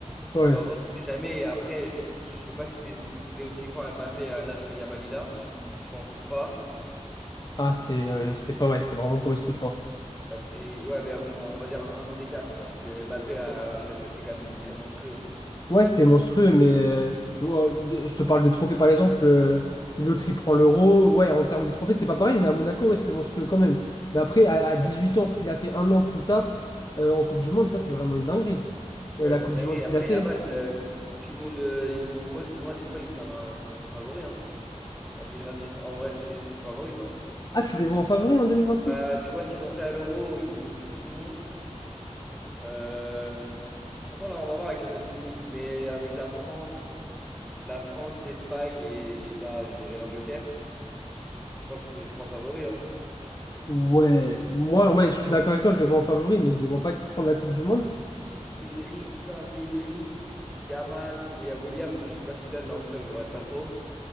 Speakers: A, on the left (about 35°); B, in the centre.
A: Ouais.
B: Donc, en vrai, on sait jamais. Et Après, je, je sais pas si c'était si c'était aussi fort Mbappé à l'âge que Yamal il a. Je pense pas.
A: Ah, c'était
B: Donc,
A: euh,
B: euh,
A: c'était pas ouais, c'était vraiment pas aussi fort.
B: bah, parce que... Ouais, mais bon, on va dire un, un an d'écart, tu vois. Parce que Mbappé à, à Monaco, c'était quand même très monstrueux.
A: Ouais, c'était monstrueux, mais euh, ouais, de- je te parle des trophées par exemple. euh, l'autre il prend l'euro. Ouais, en termes de trophées, c'était pas pareil, mais à Monaco, ouais, c'était monstrueux quand même. Mais après, à, à 18
B: Ouais,
A: ans, ce qu'il a fait un an plus tard euh, en Coupe du Monde, ça c'est vraiment une dinguerie.
B: Ouais,
A: Euh, la
B: c'est
A: Coupe
B: une dinguerie.
A: du Monde qu'il
B: Après,
A: a fait.
B: Yamal, euh, Coupe du Monde, euh, ils sont... Moi, je- pour moi, l'Espagne, c'est un- c'est son favori, hein, en six En vrai, c'est une des équipes favorites, hein.
A: Ah, tu les vois en favori en 2026?
B: Bah, tu vois ce qu'ils ont fait à l'Euro, ils étaient au-dessus de tout le monde. Euh, de toute façon, là, on va voir avec la Nation League, mais avec la France, la France, l'Espagne et je sais pas, je dirais l'Angleterre. Je pense que c'est les trois favoris, hein.
A: Ouais, moi, ouais, je suis d'accord avec toi, je les vois en favori, mais je les vois pas prendre la Coupe du Monde.
B: Avec Pedri, tout ça, Pedri, Yamal, bon, il y a Williams, je sais pas ce qu'il donne là en club, je regarde pas trop.